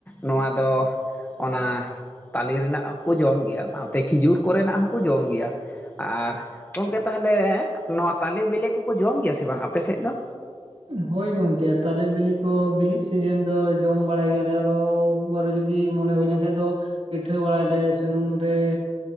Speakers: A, on the left (about 15°); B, on the right (about 60°).
A: ᱱᱚᱣᱟ ᱫᱚ ᱚᱱᱟ ᱛᱟᱞᱮ ᱨᱮᱱᱟᱜ ᱦᱚᱸᱠᱚ ᱡᱚᱢ ᱜᱮᱭᱟ ᱥᱟᱶᱛᱮ ᱠᱷᱤᱡᱩᱨ ᱠᱚᱨᱮᱱᱟᱜ ᱦᱚᱸᱠᱚ ᱡᱚᱢ ᱜᱮᱭᱟ ᱟᱨ ᱜᱚᱢᱠᱮ ᱛᱟᱦᱚᱞᱮ ᱱᱚᱣᱟ ᱛᱟᱞᱮ ᱵᱤᱞᱮ ᱠᱚᱠᱚ ᱡᱚᱢ ᱜᱮᱭᱟ ᱥᱮ ᱵᱟᱝ ᱟᱯᱮ ᱥᱮᱫ ᱫᱚ
B: ᱦᱚᱳᱭ ᱜᱚᱝᱠᱮ ᱛᱟᱞᱮ ᱵᱤᱞᱤ ᱠᱚ ᱵᱤᱞᱤᱜ ᱥᱤᱡᱮᱱ ᱫᱚ ᱡᱚᱢ ᱵᱟᱲᱟᱭ ᱜᱮᱭᱟᱞᱮ ᱟᱨᱚ ᱵᱟᱨ ᱡᱩᱫᱤ ᱢᱚᱱᱮ ᱦᱩᱭ ᱞᱮᱱᱠᱷᱟᱱ ᱫᱚ ᱯᱤᱴᱷᱟᱹ ᱵᱟᱲᱟᱭᱟᱞᱮ ᱥᱩᱱᱩᱢ ᱨᱮ